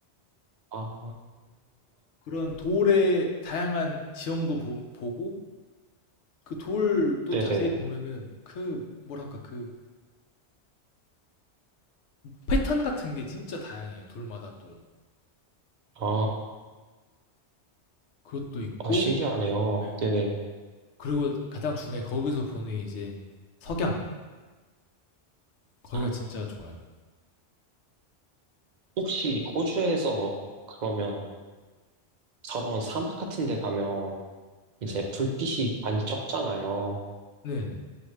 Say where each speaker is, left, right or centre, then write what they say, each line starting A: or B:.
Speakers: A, on the right (about 55°); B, on the left (about 80°).
A: 아,
B: 그런 돌의 다양한 지형도 보, 보고 그 돌 또
A: 네네.
B: 자세히 보면은 그 뭐랄까 그 패턴 같은 게 진짜 다양해요. 돌마다 또.
A: 아,
B: 그것도 있고
A: 아, 신기하네요.
B: 네.
A: 네네.
B: 그리고 가장 중요해 거기서 보는 이제 석양 거기가
A: 아,
B: 진짜 좋아요.
A: 혹시 호주에서 그러면 서러운 사막 같은 데 가면 이제
B: 네.
A: 불빛이 많이 적잖아요.
B: 네 네.